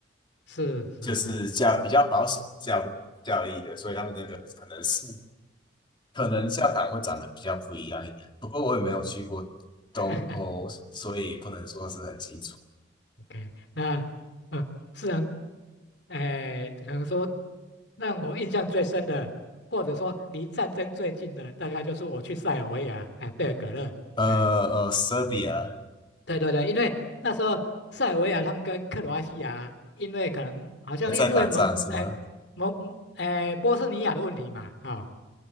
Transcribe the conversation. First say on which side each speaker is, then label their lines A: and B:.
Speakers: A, on the left (about 60°); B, on the left (about 25°).
A: 是是，
B: 就是教比较保守的教教义的，
A: 哎。
B: 所以他们那个可能是可能教堂会长得比较不一样一点。不过我也没有去过东欧，
A: <laughs>
B: 所以不能说是很清楚。
A: OK，那呃，是然，哎、可能说让我印象最深的，或者说离战争最近的，大概就是我去塞尔维亚，哎、贝尔格勒，
B: 呃呃，Serbia
A: 哎、对对对，因为那时候塞尔维亚他们跟克罗埃西亚，因为可能好像因为蒙，
B: 也在打仗是吗？
A: 哎、蒙，哎、波斯尼亚的问题嘛，啊、